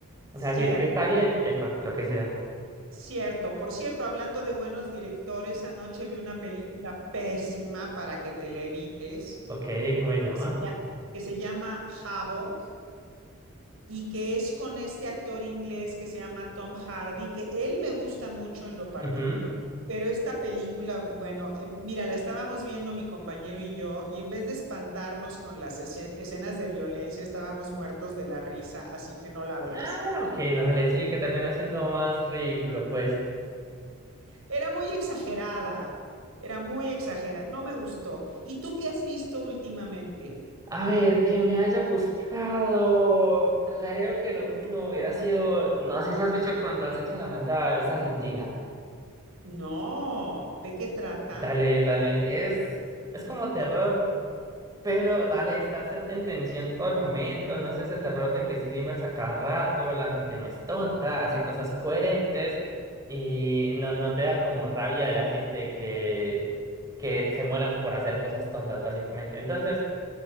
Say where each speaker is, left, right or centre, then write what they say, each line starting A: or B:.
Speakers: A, on the right; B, on the right.
A: O
B: Cierto,
A: sea, si si está bien, epa, lo que sea.
B: cierto. Por cierto, hablando de buenos directores, anoche vi una película pésima para que te la evites,
A: Ok, ¿cómo se llama?
B: que se lla- que se llama Havoc. y que es con este actor inglés que se llama Tom Hardy, que él me gusta mucho en lo particular.
A: Ujú.
B: Pero esta película, bueno, eh, mira, la estábamos viendo mi compañero y yo, y en vez de espantarnos con las escenas de violencia, estábamos muertos de la risa, así que no la veas.
A: Ah, ok, dale, sí, que termina siendo más ridículo, pues.
B: Era muy exagerada, era muy exagerada, no me gustó. ¿Y tú qué has visto últimamente?
A: A ver, que me haya gustado. Creo que lo último hubiera sido. No sé si has visto cuando has hecho la maldad, es Argentina.
B: No, ¿de qué trata?
A: Dale, dale, es, es como terror. Pero dale, estás en en tensión todo el momento, no es ese terror de que screamers a cada rato, la gente no es tonta, hace cosas coherentes y no, no te da como rabia de la gente que, que se mueran por hacer cosas tontas, básicamente. Entonces,